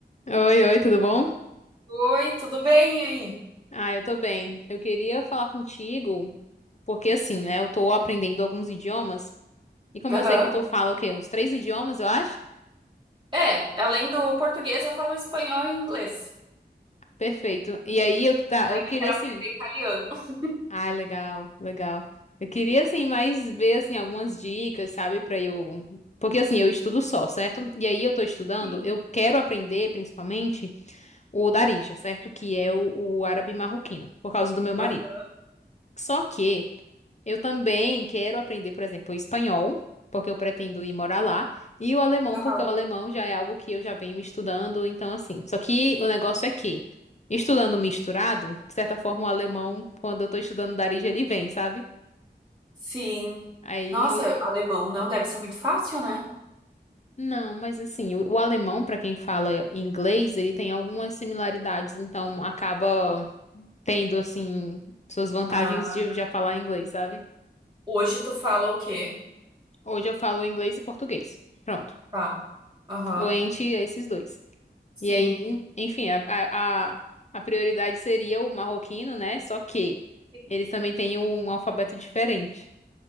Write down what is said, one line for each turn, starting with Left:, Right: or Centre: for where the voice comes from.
Left: Oi, oi, tudo bom?
Right: Oi, tudo bem e aí?
Left: Ah, eu tô bem. Eu queria falar contigo, porque assim, né, eu tô aprendendo alguns idiomas, e como
Right: Aham.
Left: eu sei que tu fala o quê? Uns três idiomas, eu acho?
Right: É, além do português, eu falo espanhol e inglês.
Left: Perfeito. E aí eu tá,
Right: Mas Ainda
Left: eu queria
Right: quero
Left: assim.
Right: aprender italiano. <laughs>
Left: Ai, legal, legal. Eu queria assim mais ver assim algumas dicas, sabe, pra eu, porque assim, eu estudo só, certo? E aí eu tô estudando,
Right: Sim.
Left: eu quero aprender principalmente o Darija, certo? Que é o, o árabe marroquino, por causa do meu marido.
Right: Aham.
Left: Só que Eu também quero aprender, por exemplo, o espanhol, porque eu pretendo ir morar lá, e o alemão,
Right: Aham.
Left: porque o alemão já é algo que eu já venho estudando, então assim. Só que o negócio é que, estudando misturado, de certa forma o alemão, quando eu tô estudando Darija, ele vem, sabe?
Right: Sim.
Left: Aí
Right: Nossa,
Left: eu.
Right: alemão não deve ser muito fácil, né?
Left: Não, mas assim, o, o alemão, pra quem fala inglês, ele tem algumas similaridades, então acaba tendo, assim, suas vantagens
Right: Ah.
Left: de eu já falar inglês, sabe?
Right: Hoje tu fala o quê?
Left: Hoje eu falo inglês e português. Pronto.
Right: Tá. Aham.
Left: Fluente a esses dois.
Right: Sim.
Left: E aí, enfim, a, a, a a prioridade seria o marroquino, né? Só que
Right: Sim.
Left: eles também têm um um alfabeto diferente.